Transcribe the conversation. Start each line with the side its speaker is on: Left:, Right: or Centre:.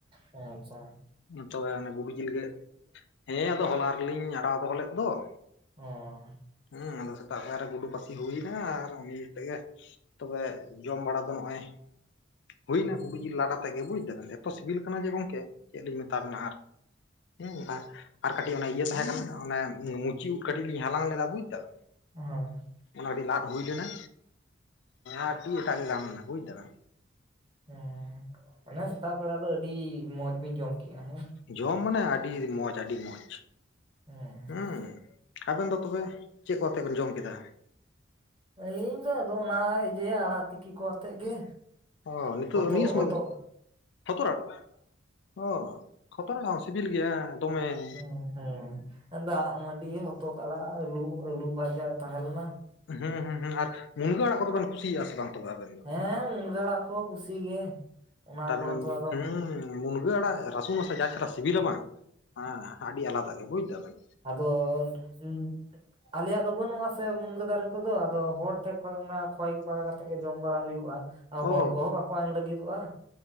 Right: ᱮᱸ ᱟᱪᱪᱷᱟ ᱾
Left: ᱛᱚᱵᱮ ᱚᱱᱮ ᱜᱩᱰᱩ ᱡᱤᱞ ᱜᱮ ᱦᱮᱸ ᱟᱫᱚ ᱦᱚᱞᱟ ᱨᱮ ᱞᱤᱧ ᱟᱲᱟᱣ ᱫᱚᱦᱚ ᱞᱮᱫ ᱫᱚ ᱾
Right: ᱚᱸ
Left: ᱩᱸ ᱟᱫᱚ ᱥᱮᱛᱟᱜ ᱯᱟᱭᱟᱨ ᱨᱮ ᱜᱩᱰᱩ ᱯᱟᱥᱤ ᱦᱩᱭᱱᱟ ᱟᱨ ᱩᱱᱤ ᱛᱮᱜᱮ ᱛᱚᱵᱮ ᱡᱚᱢ ᱵᱟᱲᱟ ᱫᱚ ᱱᱚᱜᱼᱚᱭ ᱦᱩᱭᱼᱱᱟ
Right: ᱦᱮᱸ
Left: ᱜᱩᱰᱩ ᱡᱤᱞ ᱞᱟᱰᱟ ᱛᱮᱜᱮ ᱵᱩᱡᱽ ᱫᱟ ᱵᱮᱱ? ᱮᱛᱚ ᱥᱤᱵᱤᱞ ᱠᱟᱱᱟ ᱡᱮ ᱜᱚᱝᱠᱮ ᱪᱮᱫ ᱞᱤᱧ ᱢᱮᱛᱟ ᱵᱮᱱᱟ ᱟᱨ ᱩᱸ ᱟᱨ ᱟᱨ ᱠᱟᱹᱴᱤᱡ ᱚᱱᱟ ᱤᱭᱟᱹ ᱛᱟᱦᱮᱸ ᱠᱟᱱᱟ ᱚᱱᱮ ᱢᱩᱪᱤ ᱩᱸᱫ ᱠᱟᱹᱴᱤᱡ ᱞᱤᱧ ᱦᱟᱞᱟᱝ ᱞᱮᱫᱟ ᱵᱩᱡᱽ ᱫᱟ ᱵᱮᱱ?
Right: ᱦᱳᱭ᱾
Left: ᱚᱱᱟ ᱟᱹᱰᱤ ᱞᱟᱫ ᱦᱩᱭ ᱞᱮᱱᱟ ᱟᱻᱰᱤ ᱮᱴᱟᱜ ᱜᱮ ᱜᱟᱱ ᱞᱮᱱᱟ ᱵᱩᱡᱽ ᱫᱟ ᱵᱮᱱ᱾
Right: ᱦᱮᱸ ᱚᱱᱟ ᱥᱮᱛᱟᱜ ᱵᱮᱲᱟ ᱫᱚ ᱟᱹᱰᱤ ᱢᱚᱸᱡᱽ ᱵᱤᱧ ᱡᱚᱢ ᱠᱮᱜ-ᱟ ᱦᱮᱸ?
Left: ᱡᱚᱢ ᱢᱟᱱᱮ ᱟᱹᱰᱤ ᱢᱚᱸᱡᱽ ᱟᱹᱰᱤ ᱢᱚᱸᱡᱽ᱾
Right: <inaudible>
Left: ᱦᱩᱸ ᱟᱵᱮᱱ ᱫᱚ ᱛᱚᱵᱮ, ᱪᱮᱫ ᱠᱚ ᱟᱛᱮ ᱵᱮᱱ ᱡᱚᱢ ᱠᱮᱫᱟ?
Right: ᱟᱹᱞᱤᱧ ᱫᱚ ᱟᱫᱚ ᱚᱱᱟ ᱤᱭᱟᱹ ᱟᱲᱟᱜ ᱛᱤᱠᱤ ᱠᱚ ᱟᱛᱮᱫ ᱜᱮ᱾
Left: ᱚᱸᱻ ᱱᱤᱛᱚᱜ
Right: ᱦᱚᱛᱚᱫ
Left: ᱱᱤᱭᱮ ᱥᱳᱢᱳᱭ,
Right: ᱦᱚᱛᱚᱫ
Left: ᱦᱚᱛᱚᱫ ᱟᱲᱟᱜ ᱚᱸᱻ ᱦᱚᱛᱚᱫ ᱟᱲᱟᱜ ᱦᱚᱸ ᱥᱤᱵᱤᱞ ᱜᱮᱭᱟ᱾ ᱫᱚᱢᱮ ᱦᱩᱸ
Right: ᱦᱮᱸ ᱦᱮᱸ ᱫᱟᱜ ᱢᱟᱺᱰᱤ ᱦᱚᱛᱚᱫ ᱟᱲᱟᱜ ᱟᱹᱞᱩ ᱟᱹᱞᱩ ᱵᱷᱟᱡᱟ ᱛᱟᱦᱮᱸ ᱞᱮᱱᱟ
Left: ᱦᱩᱸᱦᱩᱸᱦᱩᱸ ᱟᱨ ᱢᱩᱱᱜᱟᱹ ᱟᱲᱟᱜ ᱠᱚᱫᱚ ᱵᱮᱱ ᱠᱩᱥᱤᱭᱟᱜᱼᱟ ᱥᱮ ᱵᱟᱝ ᱛᱚᱵᱮ ᱟᱵᱮᱱ?
Right: ᱦᱮᱸ ᱢᱩᱱᱜᱟᱹ ᱟᱲᱟᱜ ᱠᱚ ᱠᱩᱥᱤ ᱜᱮ ᱚᱱᱟ ᱠᱚᱛᱚ
Left: <inaudible>
Right: ᱟᱫᱚ
Left: ᱦᱩᱸ ᱢᱩᱱᱜᱟᱹ ᱟᱲᱟᱜ ᱨᱟᱥᱩᱱ ᱟᱛᱮ ᱡᱟ ᱪᱷᱟᱨᱟ ᱥᱤᱵᱤᱞᱟ ᱥᱮ ᱵᱟᱝ ᱮᱻ ᱟᱹᱰᱤ ᱟᱞᱟᱫᱟ ᱜᱮ ᱵᱩᱡᱽ ᱫᱟ ᱵᱮᱱ᱾
Right: ᱟᱫᱚᱻ ᱦᱩᱸ ᱟᱞᱮᱭᱟᱜ ᱫᱚ ᱵᱟᱹᱱᱩᱜ-ᱟ ᱥᱮ ᱢᱩᱱᱜᱟᱹ ᱫᱟᱨᱮ ᱠᱚᱫᱚ ᱟᱫᱚ ᱦᱚᱲ ᱴᱷᱮᱡᱽ ᱠᱷᱚᱱ ᱚᱱᱟ ᱠᱷᱚᱭ ᱵᱟᱲᱟ ᱠᱟᱛᱮ ᱜᱮ ᱡᱚᱢ ᱵᱟᱲᱟ ᱦᱩᱭᱩᱜ-ᱟ, ᱟᱨ ᱦᱚᱲ
Left: ᱚ
Right: ᱠᱚᱦᱚᱸ ᱵᱟᱠᱚ ᱮᱢ ᱞᱟᱹᱜᱤᱫᱚᱜ-ᱟ᱾